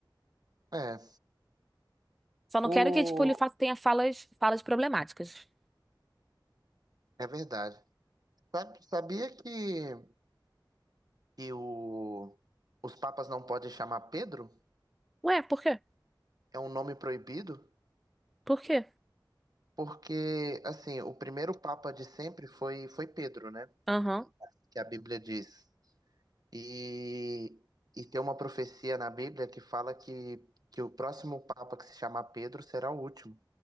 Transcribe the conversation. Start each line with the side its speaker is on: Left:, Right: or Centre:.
Right: é.
Centre: Só não
Right: O,
Centre: quero que, tipo, ele fa- tenha falas, falas problemáticas.
Right: é verdade. Sabe- Sabia que, que o, os papas não podem chamar Pedro?
Centre: Ué, por quê?
Right: É um nome proibido?
Centre: Por quê?
Right: Porque, assim, o primeiro papa de sempre foi, foi Pedro, né?
Centre: Aham.
Right: Que a Bíblia diz. E, e tem uma profecia na Bíblia que fala que, que o próximo Papa que se chamar Pedro será o último.